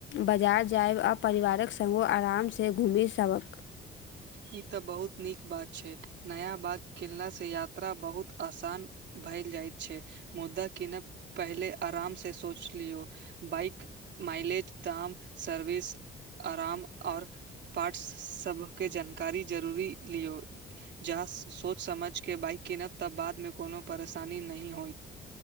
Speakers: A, on the left; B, on the right.
A: बाजार जायब आ परिवारक संग आराम से घूमि सभ
B: ई तऽ बहुत नीक बात छै नया बाग खेलनासँ यात्रा बहुत आसान भइल जाइत छै मुद्दा कीनब पहिले आरामसे सोच लियौ बाइक मइलज ताम सर्विस आराम और पार्ट्स सभ के जानकारी जरूरी लियो। जहा सोच समझ के बाइक किनब तब बादमे कोनो परेशानी नहि होइ